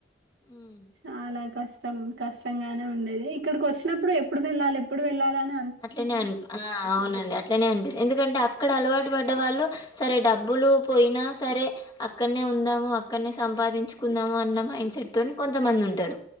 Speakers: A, on the left (about 25°); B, on the right (about 80°).
A: ఉమ్
B: చాలా కష్టం కష్టంగానే ఉండేది. ఇక్కడికి వచ్చినప్పుడు ఎప్పుడు వెళ్ళాలి, ఎప్పుడు వెళ్ళాలని
A: అట్లనే అనిపి ఆ అవునండి అట్లనే అనిపిస్తుంది ఎందుకంటే అక్కడ అలవా టు పడ్డ వాళ్ళు సరే డబ్బులు పోయినా సరే అక్కడనే ఉందాము. అక్కడనే సంపాదించుకుందాము. అన్న మైండ్ సెట్ తోని కొంతమంది ఉంటారు